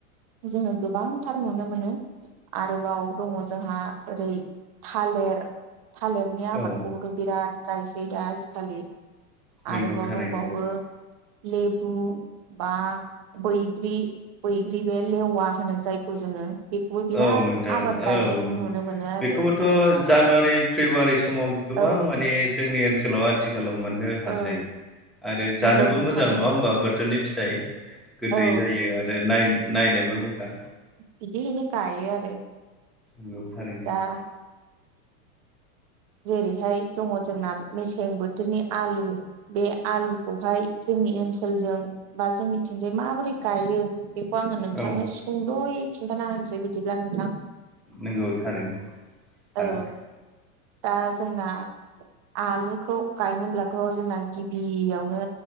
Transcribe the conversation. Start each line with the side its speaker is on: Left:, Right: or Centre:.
Right: जोङो गोबांथार नुनो मोनो आरोबाव दङ जोंहा ओरै थालिर थालिरनि आबादखौबोथ
Centre: औ
Right: बिराद गायसै दा आजिखालि
Centre: नंगौ
Right: आरोबाव
Centre: थारैनो
Right: दंबावो लेबु बा बैग्रि बैग्रि बे लेवा होनो जायखौ जोङो बेखौबो बिराद
Centre: औ नोंथां
Right: आबाद
Centre: औ
Right: गायनायखौ नुनो मोनो आरो
Centre: बेखौबोथ
Right: नोंथां
Centre: जानुवारि फेब्रुवारि समाव गोबां
Right: औ
Centre: माने जोंनि ओनसोलाव आथिखाल गोलाव मोननो हासै
Right: औ
Centre: आरो जानोबो
Right: नंगौ नोंथां
Centre: मोजां
Right: नंगौ
Centre: नङा होमबा बोथोरनि फिथाइ। गोदै
Right: औ
Centre: जायो आरो नाय नायनोबो मोजां
Right: बिदिनो गायो आरो।
Centre: जयाव थारायनो
Right: दा जेरैहाय दङ जोंना मेसें बोथोरनि आलु बे आलुखौहाय जों ओनसोलजों बा जोंनिथिंजाय माबोरै गायो। खौ आङो नोंथांनो
Centre: औ
Right: सुंद'यै खिन्थाना होनोसै बिदिब्ला नोंथां।
Centre: नोंगौ थारैनो हागोन।
Right: औ दा जोंना आलुखौ गायनोब्लाथ जोंना गिबियावनो